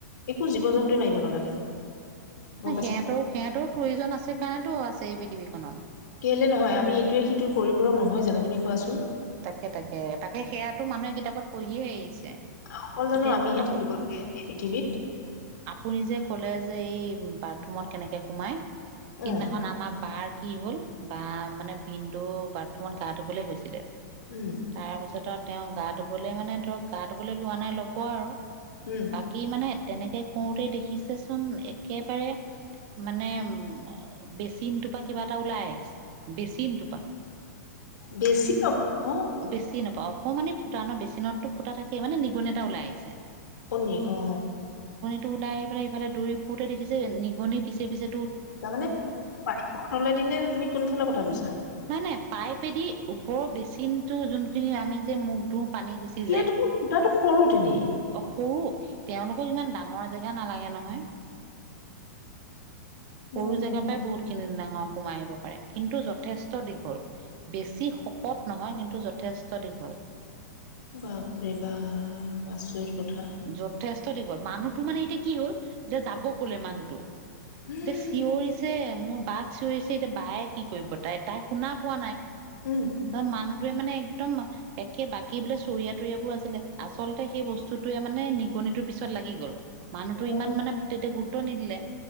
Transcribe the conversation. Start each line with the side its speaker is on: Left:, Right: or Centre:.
Left: একো জীৱ জন্তুৱে মাৰিব নালাগে। গম
Right: ন
Left: পাইছা
Right: সিহঁতৰো সিহঁতৰ প্ৰয়োজন আছে কাৰণেতো আছে এই পৃথিৱীখনত।
Left: এইটো বুলিয়ে নহয় আমি ইটোৱে সটো পৰিপূক নহয় জানো তুমি কোৱাচোন।
Right: তাকে তাকে তাকে সেয়াতটো মানুহে কিতাপত পঢ়িয়ে আহিছে।
Left: অকল জানো
Right: এতিয়া
Left: আমিহে
Right: আপ
Left: থাকিবলগে পৃথিৱীত।
Right: আপুনি যে কলেজ। যে এই বাথৰুমত কেনেকে সোমাই, সিদিনাখন
Left: অ
Right: আমাৰ বাৰ। কি হ'ল বা মানে বিন্দু বাথৰুমত গা ধুবলৈ গৈছিলে
Left: উম
Right: তাৰপিছত। তেওঁ গা ধুবলৈ মানে ধৰক গা ধুবলৈ লোৱা নাই ল'ব আৰু
Left: উম
Right: বাকী মানে। তেনেকে কওঁতে দেখিছেচোন একেবাৰে। মানে উ বেচিনটোপা কিবা এটা ওলাই আহিছে বেচিনটোপা।
Left: বেছি নপ। <unintelligible>
Right: বেছি নাপাওঁ অকমানে ফুটা ন বেচিনততো ফুটা থাকে মানে নিগুন এটা ওলাই আহিছে।
Left: নিগনি আহ।
Right: টো ওলাই পেলাই ইফালে দৌৰি ফুৰোতে দেখিছে নিগনি পিছে পিছে।
Left: তাৰমানে পাইপৰ তলেদি নে তুমি কোনফালৰ কথা কৈছা।
Right: নাই নাই পাইপেদি ওপৰৰ বেচিন টো যোনখিনি আমি যে মুখ ধূওঁ। পানী গুচি
Left: এতিয়া
Right: যায়,
Left: দেখোন খুটাটো সৰু তেনেই
Right: অ সৰু। তেওঁলোকৰ ইমান ডাঙৰ জেগা নালাগে নহয়। সৰু
Left: মোৰ মন
Right: জেগাৰ পৰাই বহুত খিনি ডাঙৰ। সোমাই আহিব পাৰে কিন্তু যথেষ্ট দীঘল বেছি শকত। নহয় কিন্তু যথেষ্ট দীঘল।
Left: বাপৰে বা আচৰিত। কথা
Right: যথেষ্ট দীঘল মানুহটো মানে এতিয়া কি হ'ল এতিয়া যাব ক'লে মানুহটো।
Left: উম
Right: এতিয়া চিঞৰিছে মোৰ। বাক চিঞৰিছে এতিয়া বায়ে কি কৰিব তাই তাই শুনা পোৱা নাই
Left: উম
Right: ত মানুহ। মানে একদম একে বাকী বোলে চৰিয়া তৰিয়া বোৰ আছিলে আচলতে সেই বস্তু। টোৱে মানে নিগনিটোৰ পিছত লাগি গ'ল, মানুহতটো
Left: অ
Right: ইমান মানে তেতিয়া গুৰুত্ব নিদিলে।